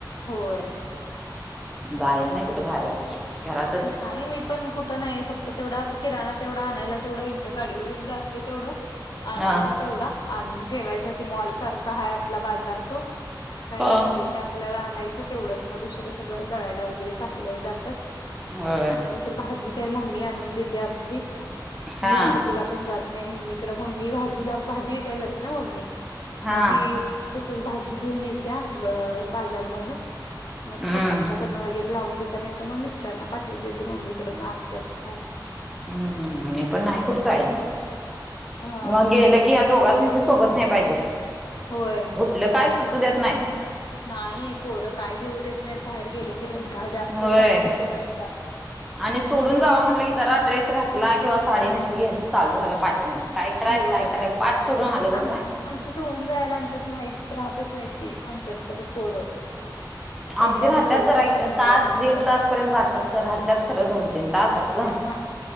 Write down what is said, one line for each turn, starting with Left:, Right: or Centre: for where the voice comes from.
Left: होय
Centre: जायच नाही कुठे बाहेर घरातच
Left: नाहीा मी पण कुठं नाही फक्त तेवढं आता किराणा तेवढा आणायला तेवढं हच्या गाडीवरून जातोय तेवढं आणायच
Centre: हा.
Left: तेवढा आणून ठेवायच ते मॉल सारखा हा आपला बाजार तो काय
Centre: हा.
Left: लागतय ते आपल्याला आणायचं तेवढंच मग दुसरं सगळं दडळायला वगैरे साासवाय जातात
Centre: होय
Left: दुसरं भाजी काय मम्मी आणून देते आमची
Centre: हा
Left: मी भाजीला पण जात नाही मम्मी कडे मम्मी भाजीला भाजी विकयला जाते ना मम्मी
Centre: हा
Left: मग ती तसच भाजी घेऊन येत्या बाजारमधून
Centre: हम्म.
Left: मग त पप्पांच्या कडनं वगैरे. लावून दता नाही तर मग मिस्टरांना पाठवून देते मम्मीकडे म आणतत भाजी.
Centre: हम्म हे पण नाही कुठच आहेत
Left: हा.
Centre: मग गेलं. की ह्या दोघांनी सोबत नाही पाहिजे.
Left: होय
Centre: कुठलं काय सुचू देत नाहीत
Left: नाही पोरं काय घेऊ देत नाहीत बाहेर गेली. कि ंधा जास्तच
Centre: होय
Left: असतो पोरांचा.
Centre: आणि सोडून जाव म्हटलं क जरा ड्रेस घातला किंवा साडी मिसरी घ्यायचं चालू झालं पाटे म्हण काय कराय
Left: होय.
Centre: काय कराय पाठ सोडून हलतच
Left: आम
Centre: नाही.
Left: आमची सोडून जायला आमच्यात माहतीच राहतच नाही त आमच्यात तर पोरं. पहिला
Centre: आमच्या राहत्यात
Left: त्या दोघांसनी
Centre: जरा एक
Left: घेऊन
Centre: तास
Left: जायला
Centre: दीड तास पर्यंत जातात तर राहत्यात खरं दोन तीन तास असं.
Left: हा